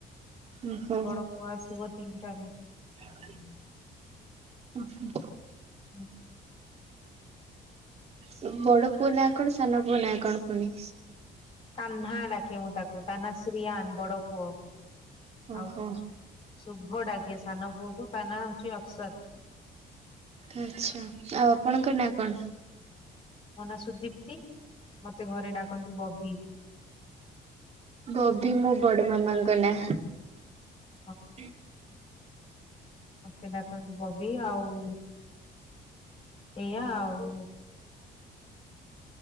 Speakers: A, on the right; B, on the left.
A: ଓହୋ।
B: ବଡ ପୁଅ ଆସିବ ତିନିଟାରେ
A: ଓ ହୋ।
B: ହୁଁ।
A: ତମ ବଡ ପୁଅ ନା କଣ ସାନ ପୁଅ ନାଁ କଣ ପୁଣି?
B: କାହ୍ନା ଡାକେ ମୁଁ ତାକୁ ତା ନା ଶ୍ରୀିୟାନ ବଡ ପୁଅ। ଆଉ
A: ଓହୋ।
B: ଶୁଭ ଡାକେ ସାନ ପୁଅ କୁ ତା ନାଁ ହଉଛି ଅକସର।
A: ଆଚ୍ଛା ଆଉ ଆପଣଙ୍କ ନା କଣ?
B: ମୋ ନାଁ ସୁଦୀପ୍ତି ମତେ ଘରେ ଡାକନ୍ତି ବବି।
A: ବବି ମୋ ବଡ ମାମାଙ୍କ ନାଁ।
B: ହଁ
A: ହୁଁ।
B: ମତେ ଡାକନ୍ତି ବବି ଆଉ ଏଇଆ ଆଉ।